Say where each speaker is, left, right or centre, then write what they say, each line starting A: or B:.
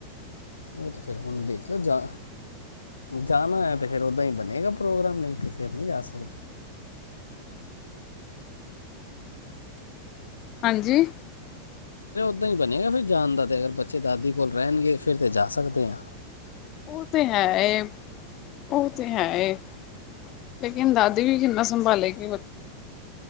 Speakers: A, on the left; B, on the left.
A: ਉਹ ਤੇ ਫਿਰ ਹੁਣ ਦੇਖ ਲਓ ਜਾ ਜਾਣਾ ਹੈ ਤੇ ਫੇਰ ਓਦਾਂ ਹੀ ਬਣੇਗਾ ਪ੍ਰੋਗਰਾਮ ਨਹੀਂ ਇਥੇ ਫਿਰ ਨਹੀਂ ਜਾ ਸਕਦੇ
B: ਹਾਂਜੀ
A: ਦ ਹੀ ਬਣੇਗਾ ਫਿਰਰ ਜਾਣ ਦਾ ਤੇ ਅਗਰ ਬੱਚੇ ਦਾਦੀ ਕੋਲ ਰਹਿਣਗੇ ਫਿਰ ਤਾਂ ਜਾ ਸਕਦੇ ਆਾਂ
B: ਉਹ ਤੇ ਹੈ ਉਹ ਤੇ ਹੈ ਲੇਕਿਨ ਦਾਦੀ ਵੀ ਕਿੰਨਾ ਸੰਭਾਲੇ ਕਿ